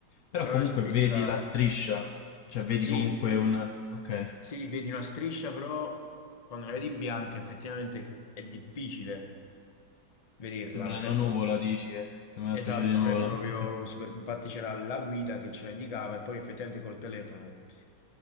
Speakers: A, on the left (about 70°); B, on the left (about 35°).
A: Però
B: Però
A: comunque
B: è un'esperienza,
A: vedi la striscia, cioè vedi
B: sì,
A: comunque un... Ok,
B: sì, vedi una striscia, però quando la vedi bianca effettivamente è difficile vederla,
A: sembra
B: non
A: una
B: è
A: nuvola,
B: proprio...
A: dici, eh? Sembra
B: Esatto,
A: una specie di nuvola,
B: non è proprio
A: ok.
B: super... Infatti c'era la guida che ce la indicava e poi effettivamente col telefono.